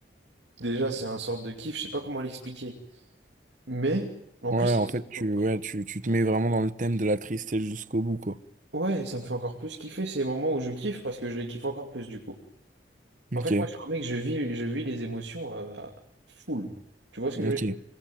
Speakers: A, on the right; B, on the right.
A: Déjà, c'est un sorte de kiff, je sais pas comment l'expliquer. Mais, en
B: Ouais,
A: plus,
B: en
A: ça me
B: fait,
A: fait
B: tu,
A: encore plus-
B: ouais, tu, tu te mets vraiment dans le thème de la tristesse jusqu'au bout, quoi.
A: ouais, ça me fait encore plus kiffer ces moments où je kiffe parce que je les kiffe encore plus du coup.
B: Ok,
A: En fait, moi, je suis un mec, je vis, je vis les émotions à, à full. Tu vois ce que
B: ok.
A: je veux dire?